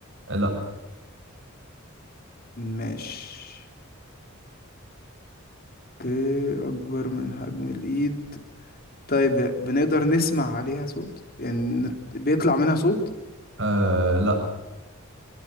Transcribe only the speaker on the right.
آه، لا
آه لا